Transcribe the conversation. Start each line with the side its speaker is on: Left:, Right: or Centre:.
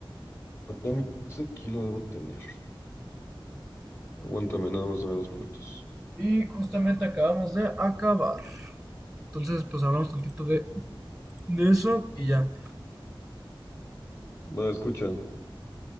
Left: Dame- Aquí lo debo tener. Aguántame, nada más de dos minutos.
Centre: Y justamente acabamos de acabar. Entonces, pues hablamos tantito de, de eso y ya.
Left: Va, escucha.